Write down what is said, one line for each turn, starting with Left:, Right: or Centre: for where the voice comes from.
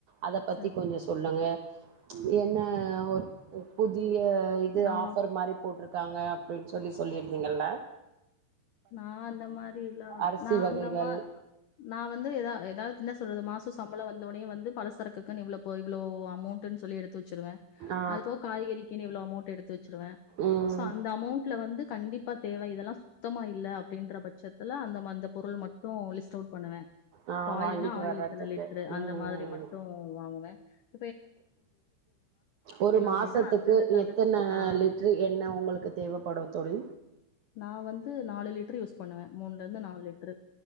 Right: அத பத்தி
Left: சரி
Right: கொஞ்ச சொல்லுங்க ச <inaudible> என்ன ஒர் உப்புதி இங்க இது
Left: நா
Right: ஆஃபர் மாரி போட்ருக் இருக்காங்க அப்புடின் சொல்லி சொல்லிருந்தீங்கல்ல
Left: நா அந்த மாரிலா
Right: அரிசி
Left: நா
Right: வகைகள்
Left: அந்த மா நா வந்து எதா எதாச்சுனா சொல்றது மாசோ சம்பளோ வந் வந்த ஒடனயே வந்து பலசரக்குக்குனு இவ்ளோ போய் இவ்ளோ அமௌட்ன் சொல்லி எடுத்து வெ ச்சுருவ
Right: ஆ
Left: அது போ காய்கறிக்குன் இவ்ளோ அமௌண்டு எடுத்து வெச்சுருவ
Right: ம்
Left: சோ அந்த அமௌண்டுல வந்து கண்டிப்பா தேவ இதெல்லாஸ் சுத்தமா இல்ல அப்டின்ற பட்சத்துல அந்தம அந்த பொருள் மட்டு லிஸ்ட் அவுட் பண்ணுவ
Right: ஆ
Left: இப்ப ஆயில்னா
Right: வாங்கிட்டு
Left: ஆயில்
Right: வர்றதுக்கு
Left: இத்தன லிட்டுரு
Right: ம்
Left: அந்த மாரி
Right: ம்
Left: மட்டு வாங்குவ <inaudible>
Right: ஒரு மாசத்துக்கு
Left: அப்படின்னா அந்த இதை தவிர்த்து
Right: எத்தன
Left: ஆஹ்
Right: லிட்ரு எண்ண உங்களுக்கு தேவப்படு தோழி
Left: நா வந்து நாலு லிட்ரு யூஸ் பண்ணு மூண்ல இருந்து நாலு லிட்ரு